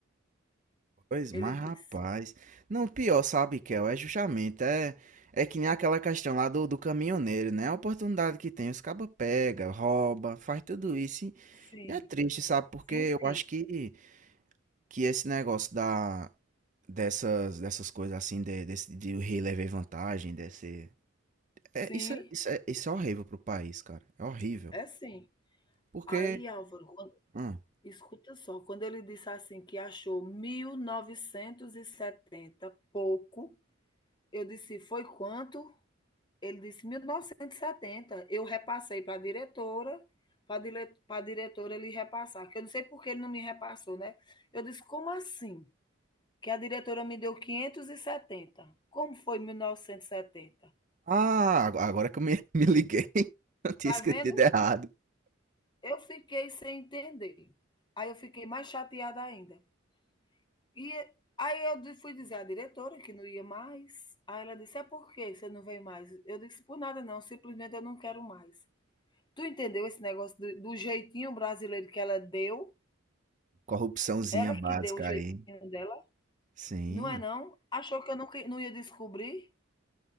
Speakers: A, on the right; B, on the left.
A: Pois,
B: ele
A: mas
B: disse.
A: rapaz. Não, pior, sabe, Kel? É justamente. É, é que nem aquela questão lá do, do caminhoneiro, né? A oportunidade que tem, os cabos pega, rouba, faz tudo isso. E,
B: Sim,
A: e é triste, sabe? Porque
B: sim, sim.
A: eu acho que, que esse negócio da, dessas, dessas coisas assim, de, desse, de o rei levar vantagem, desse. É,
B: Sim,
A: isso, é, isso, é, isso é horrível pro país, cara. É horrível.
B: é sim.
A: Porque.
B: Aí, Álvaro, quando
A: hum.
B: escuta só, quando ele disse assim que achou 1970 pouco, eu disse: "Foi quanto?" Ele disse 1970. Eu repassei para a diretora, para a diretora ele repassar, que eu não sei por que ele não me repassou, né? Eu disse, como assim? Que a diretora me deu 570. Como foi 1970?
A: Ah, agora que eu me, <laughs> me liguei. <laughs> Eu tinha
B: Tá
A: escrito
B: vendo?
A: errado.
B: Eu fiquei sem entender. Aí eu fiquei mais chateada ainda. E aí eu fui dizer à diretora que não ia mais. Aí ela disse: É por que você não vem mais? Eu disse: Por nada não, simplesmente eu não quero mais. Tu entendeu esse negócio do, do jeitinho brasileiro que ela deu?
A: Corrupçãozinha
B: Ela
A: básica
B: que deu o jeitinho
A: aí.
B: dela,
A: Sim.
B: não é não? Achou que eu nunca, não ia descobrir?